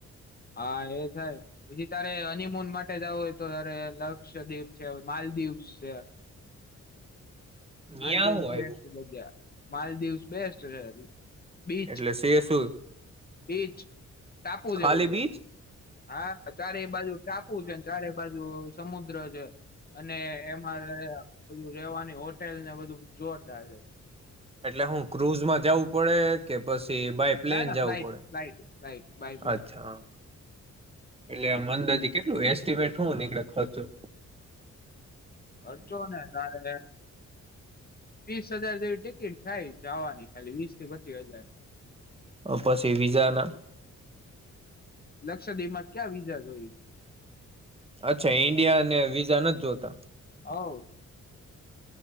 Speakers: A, on the left (about 30°); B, on the right (about 20°).
A: હા એ થાય પછી તારે હનીમુન માટે જવું હોય તો તારે લક્ષદ્વીપ છે માલદીવ છે. હાલ
B: ન્યા
A: દિવસ
B: હું આવ્યું
A: બેસ્ટ થગ્યા માલ દિવસ બેસ્ટ છે. બીચ
B: એટલે શે શું?
A: બીચ ટાપુ જેવું
B: ખાલી
A: છે
B: બીચ
A: હા ચારે બાજુ ટાપુ છે, ને ચારે બાજુ. સમુદ્ર છે અને એમાંારે બધું રેવાની હોટેલ ને બધું જોરદાર છે.
B: એટલે હું ક્રુઝમાં જવું પડે કે બસ? બાય પ્લેન
A: ના ના
B: જવું
A: ફ્લાઇટ
B: પડે
A: ફ્લાઇટ ફ્લાઇટ બાય પ્લેન
B: અચ્છા એટલે આ મંદરથી કેટલું વઠું કળ ખચો <unintelligible>
A: હચો ને તારે. વીસ હજાર જેવી ટિકિટ થાય જવાની ખાલી વીસ થી પચીસ હજાર.
B: પછી વિઝાના?
A: લક્ષદ એમાં ક્યાં વિીજા જોયું?
B: અચ્છા ઈન્ડિયા અને વિઝા નથી જોતા
A: હવ હા,